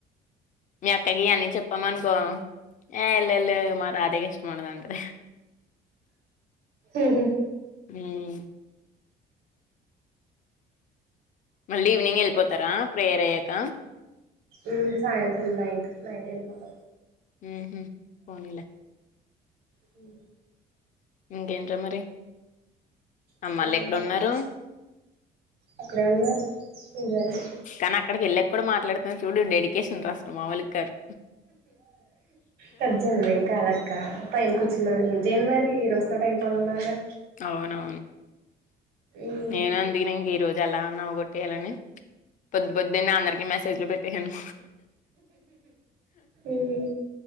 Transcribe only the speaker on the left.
మీ అక్కకి అన్నీ చెప్పామనుకో ఏ వెల్ళ వెళ్ళ మా రాధేకి ఇష్టం ఉండదండి
ఉ మళ్ళీ ఈవినింగ్ వెళ్ళిపోతారా ప్రేయర్ అయ్యాక
ఉహు పోనీలే
ఇంకేంట్రా మరి
అమ్మాళ్ళ ఎక్కడ
ఉన్నారు
కానీ అక్కడికి వెల్లాక కూడా మాట్లాడుతున్నా చూడు డెడికేషన్ అసలు మామూలు కాదు
అవునవును
నేను అందినింగ్ ఈ రోజు అలా అవ్వకొట్టేయాలని పొద్దు పొద్దు నే అందరికి మెసేజ్లు పెట్టేసాను